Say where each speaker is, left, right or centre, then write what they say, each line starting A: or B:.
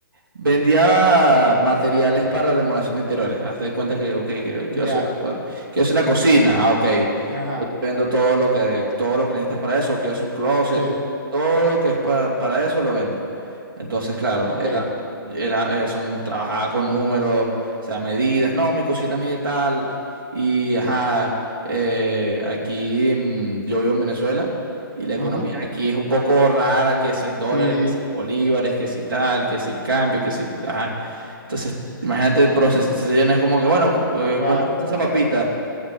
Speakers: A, on the right; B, on the right.
A: Vendía materiales para remodelación de interiores. Haz de cuenta que, ok, quiero, quiero
B: Ya,
A: hacer una, co- quiero hacer una cocina. Ah, ok. Yo
B: ajá,
A: te vendo todo lo que, todo lo que necesitas para eso. Quiero hacer un closet.
B: sí,
A: Todo lo que es pa- para eso lo vendo. Entonces, claro,
B: ok.
A: era, era, eh, son, trabajaba con números, o sea, medidas. No, mi cocina mide tal. Y, ajá, eh, aquí mm, yo vivo en Venezuela. Y la economía
B: ujú,
A: aquí es un poco rara, que cien dólares,
B: Sí,
A: que 100 bolívares, que si tal, que si el cambio, que si... el- Ajá. Entonces, imagínate el proceso. Entonces, ya no es como que, bueno, cu- eh,
B: claro.
A: ¿cuánto cuesta esa papita?